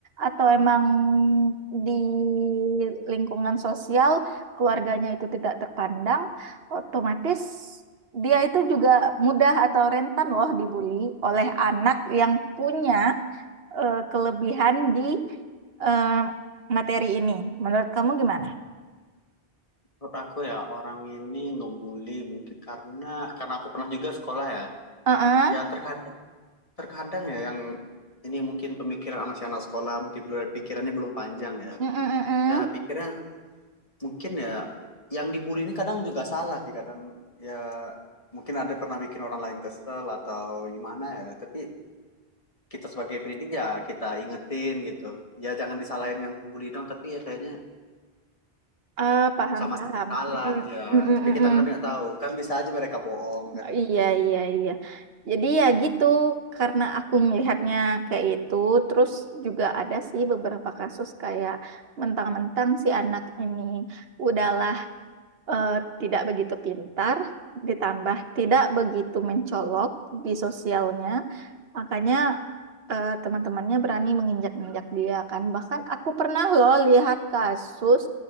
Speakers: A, on the right; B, on the left.
A: atau emang di lingkungan sosial keluarganya itu tidak terpandang, otomatis dia itu juga mudah atau rentan loh dibully oleh anak yang punya eh, kelebihan di eh, materi ini. Menurut kamu gimana?
B: Menurut aku ya orang ini ngebully mungkin karena karena aku pernah juga sekolah ya.
A: Uh
B: Ya
A: uh
B: terkadang terkadang ya yang ini mungkin pemikiran sama si anak sekolah mungkin belum- pikirannya belum panjang ya.
A: mm, mm, mm.
B: Ya pikirnya mungkin ya yang dibully ini kadang juga salah sih kadang ya mungkin ada pernah bikin orang lain kesel atau gimana ya. Tapi kita sebagai pendidik ya kita ingetin gitu. Ya jangan disalahin yang pembuli dong tapi ya kayaknya
A: Ah, paham,
B: sama
A: paham.
B: salah
A: Mm,
B: ya.
A: mm, mm,
B: Tapi
A: mm,
B: kita
A: mm, mm.
B: nggak nggak tahu kan bisa aja mereka bohong
A: Oh,
B: kan.
A: Iya, iya, iya. Jadi ya gitu, karena aku melihatnya kayak itu, terus juga ada sih beberapa kasus kayak mentang-mentang si anak ini udah eh, tidak begitu pintar, ditambah tidak begitu mencolok di sosialnya, makanya eh, teman-temannya berani menginjak-injak dia kan. Bahkan aku pernah loh lihat kasus